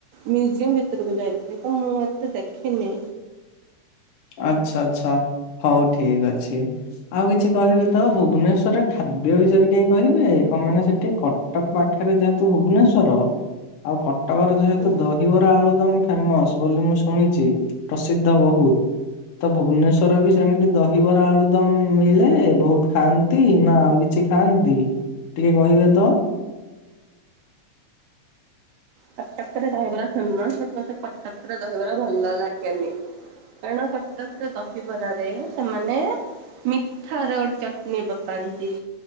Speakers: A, on the right; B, on the left.
A: ମ୍ୟୁଜିୟମ୍ ଭିତୁରୁକୁ ଯାଇଥିଲି ତ ମୁଁ ଏତେ ଦେଖିନି।
B: ଆଚ୍ଛା ଆଚ୍ଛା ହଉ ଠିକ ଅଛି। ଆଉ କିଛି କହିବେ ତ ଭୁବନେଶ୍ୱର ରେ ଖାଦ୍ୟ ବିଷୟରେ ଟିକେ କହିବେ କଁ ମାନେ ସେଠି କ ଟକ ପାଖେରେ ଯେହେତୁ ଭୁବନେଶ୍ଵର ଆଉ କଟକର ଯେହେତୁ
A: ହୁଁ।
B: ଦ ହିବାର ଆଳୁଦାମ ଫେମସ ବୋଲି ମୁଁ ଶୁଣିଚି ପ୍ରସିଦ୍ଧ ବୋହୁତ। ତ ଭୁବନେଶ୍ୱର ରେ ବି ସେମିତି ଦହିବରା ଆଳୁଦମ ମିଳେ ବୋହୁତ ଖାଆନ୍ତି ନା ଆଉ କି ଛି ଖାଆନ୍ତି ଟିକେ କହିବେ ତ।
A: କଟକରେ ଦହିବରା ଫେମସ ବଟ୍ ମତେ କଟକର ଦହିବରା ଭଲ ଲାଗେନି। କାରଣ କଟକରେ ଦହିବରାରେ ସେମାନେ ମିଠାର ଗୋଟେ ଚଟନୀ ପକାନ୍ତି।